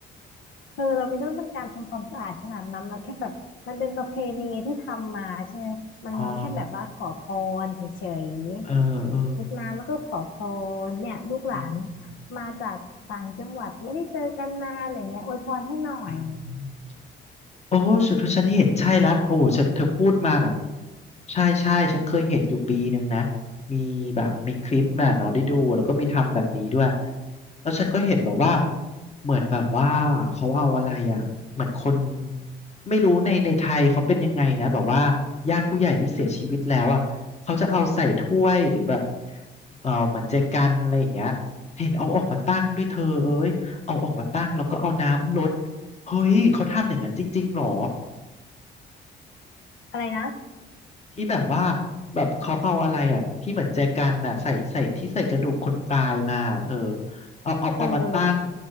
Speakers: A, on the left; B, on the left.
A: เธอเราไม่ต้องต้องการทำความสะอาดขนาดนั้นเราแค่แบบมันเป็นประเพณีที่ทำมาใช่ไหมมันแค่แบบว่าขอพรเฉย
B: อ๋อเออเออ
A: รดน้ำแล้วก็ขอพรเนี่ยลูกหลาน
B: อืม
A: มาจากต่างจังหวัดไม่ได้เจอกันนานอะไรเงี้ยอวยพรให้หน่อย
B: อืม โอ้สุดที่ฉันเห็นใช่ละโอ้เธอเธอพูดมาแบบใช่ใช่ฉันเคยเห็นอยู่ปีหนึ่งนะมีแบบมีคลิปน่ะเนอนได้ดูแล้วก็มีทำแบบนี้ด้วยแล้วฉันก็เห็นแบบว่าเหมือนแบบว่าเขาเอาอะไรอ่ะเหมือนคนไม่รู้ในในไทยเขาเป็นยังไงนะแบบว่าญาติผู้ใหญ่ที่เสียชีวิตแล้วอ่ะเขาจะเอาใส่ถ้วยหรือแบบเออเหมือนเจกันอะไรอย่างเงี้ยเห็นเอาออกมาตั้งด้วยเธอเอ้ยเอาออกมาตั้งแล้วก็เอาน้ำรด เฮ้ย เขาทำอย่างนั้นจริงๆหรอ
A: อะไรนะ
B: ที่แบบว่าแบบเขาเอาอะไรอ่ะที่เหมือนแจกันน่ะใส่ใส่ที่ใส่กระดูกคนตายมาเธอเอาเอาเอามาตั้ง
A: เออ